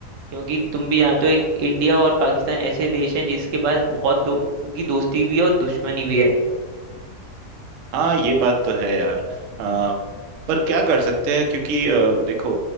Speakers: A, on the right; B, on the right.
A: क्योंकि तुम भी जानते हो एक इंडिया और पाकिस्तान ऐसे देश हैं जिसके पास बहुत लोगों की दोस्ती भी है और दुश्मनी भी है
B: हाँ ये बात तो है यार आ, पर क्या कर सकते हैं क्योंकि अ, देखो